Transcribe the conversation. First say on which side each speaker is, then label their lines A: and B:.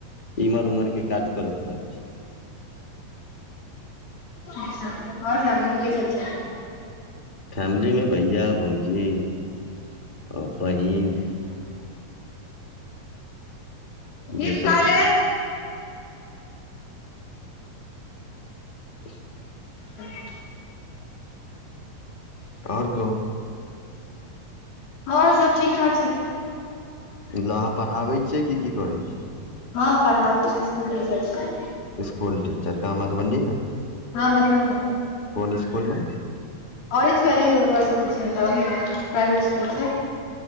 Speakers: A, on the left; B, on the left.
A: इमहर उमहरके काज करय पड़ल छै
B: अच्छा आओर फैमली मे के सब छै
A: फैमिलीमे भैया भौजी आ बहिन
B: <unintelligible>
A: जे सब छथि <unintelligible>
B: <unintelligible>
A: आओर कहू
B: आओर हँ सब ठीक ठाक छै
A: मतलब अहाँ पढ़ाबैत छियै कि की करै छिय
B: हँ पढ़ाबे छी स्कूल टीचर छी
A: स्कुल टीचर कहाँ मधुबनीमे
B: हँ मधुबनी मे
A: कोन स्कूल में
B: ऑरेज वैली स्कूल छै प्राइवेट स्कूल